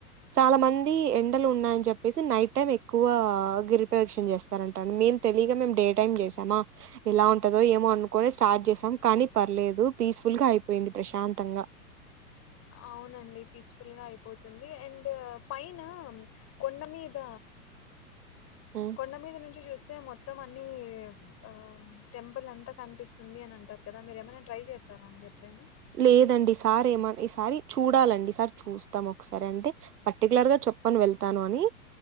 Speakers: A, on the right (about 80°); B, on the left (about 30°).
A: చాలా మంది ఎండలు ఉన్నాయని చెప్పేసి నైట్ టైం ఎక్కువ గిరిపదక్షన చేస్తారంటా మేమ్ తెలియక మేమ్ డే టైమ్ చేసామా ఎలా ఉంటదో ఏమో అనుకునే స్టార్ట్ చేసాం కానీ పర్లేదు పీస్ఫుల్ గా అయిపోయింది ప్రశాంతంగా
B: అవునండి పీస్ఫుల్గా అయిపోతుంది అండ్ పైన కొండ మీద
A: హ్మ్.
B: కొండ మీద నుంచి చూస్తే మొ మొత్తం అన్ని ఆ టెంపుల్ ఎంత కనిపిస్తుంది అని అంటారు కదా మీరు ఏమైనా ట్రై చేసారా అండి ఎప్పుడైనా
A: లేదండి సార్ ఏమ ఈ సారి చూడాలండి ఈ సారి చూస్తాం ఒకసారి అంటే పర్టికులర్ గా చెప్పను వెళ్తాను అని